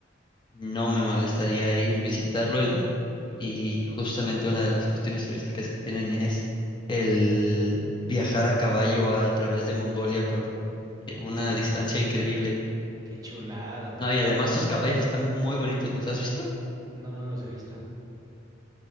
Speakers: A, on the left; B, on the right.
A: no me molestaría ir, visitarlo y, y justamente una de las cuestiones turísticas que tienen es el viajar a caballo a través de Mongolia por una distancia increíble.
B: Qué chulada.
A: No, y además sus caballos están muy bonitos, ¿los has visto?
B: No, no los he visto.